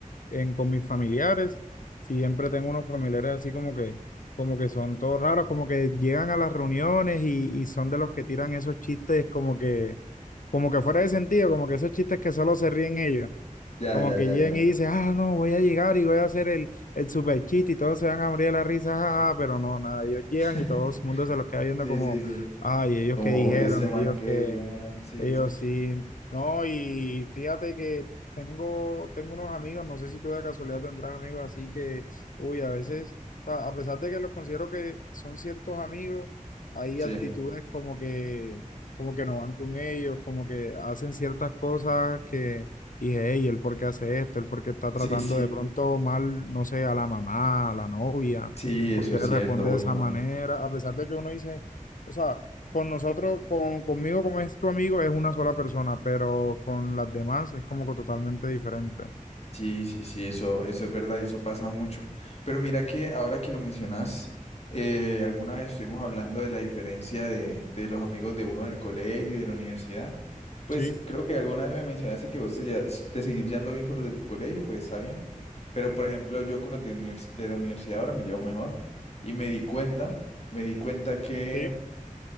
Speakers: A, on the left; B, on the left.
A: en, con mis familiares siempre tengo unos familiares así como que, como que son todos raros, como que llegan a las reuniones y, y son de los que tiran esos chistes como que, como que fuera de sentido, como que esos chistes que solo se ríen ellos.
B: Ya,
A: Como
B: ya,
A: que
B: ya,
A: llegan
B: ya.
A: y dicen, ah, no, voy a llegar y voy a hacer el, el super chiste y todos se van a morir de la risa, jaja, pero no, nada, ellos llegan
B: <laughs>
A: y todo el mundo se los queda viendo
B: Sí,
A: como,
B: sí, sí.
A: ay, ellos
B: Como,
A: qué dijeron,
B: uy, este man
A: ellos
B: que,
A: qué.
B: weón, sí,
A: Ellos
B: sí.
A: sí. No, y fíjate que tengo, tengo unos amigos, no sé si tú de casualidad tendrás amigos, así que, uy, a veces, a a pesar de que los considero que son ciertos amigos, hay
B: Sí,
A: actitudes como que, como que no van con ellos, como que hacen ciertas cosas que dije, hey, ¿el por qué hace esto? ¿El por qué está tratando
B: sí, sí.
A: de pronto mal, no sé, a la mamá, a la novia?
B: Sí, eso
A: ¿Por qué
B: es
A: le
B: cierto,
A: responde
B: uy,
A: de esa
B: ¿no?
A: manera? A pesar de que uno dice... O sea, con nosotros, con, conmigo como es tu amigo, es una sola persona, pero con las demás es como que totalmente diferente.
B: Sí, sí, sí, eso, eso es verdad y eso pasa mucho. Pero mira que ahora que lo mencionas, eh, alguna vez estuvimos hablando de la diferencia de, de los amigos de uno del colegio y de la universidad. Pues
A: Sí,
B: creo que alguna vez me mencionaste que vos te, ya- te seguís llevando bien con los de tu colegio, pues está bien. Pero por ejemplo, yo con los de, univers- de la universidad ahora me llevo mejor y me di cuenta, me di cuenta que
A: sí,